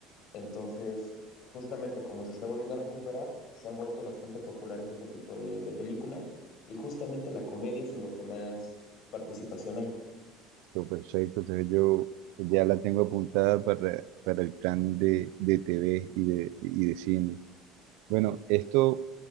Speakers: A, on the left; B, on the right.
A: Entonces, justamente como se está volviendo a recuperar, se han vuelto bastante populares este tipo de, de películas y justamente la comedia es en lo que más participación hay.
B: Listo, perfecto. Entonces yo ya la tengo apuntada para, para el plan de, de TV y de, y de cine. Bueno, esto